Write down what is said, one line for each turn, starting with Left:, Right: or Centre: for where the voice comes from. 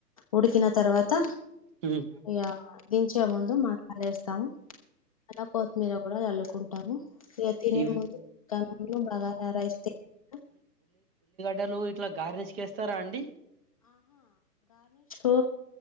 Left: ఉడికిన తర్వాత
Right: హ్మ్
Left: ఇగ దించే ముందు <unintelligible> తాము అలా కొత్తిమీర కూడా చల్లుకున్ కుంటాము ఇగ తినే
Right: ఇవి
Left: ముందు <unintelligible> లో బగార రైస్ తింటా
Right: డలు ఇట్లా గార్నేజ్ కేస్తారా అండి
Left: ఓ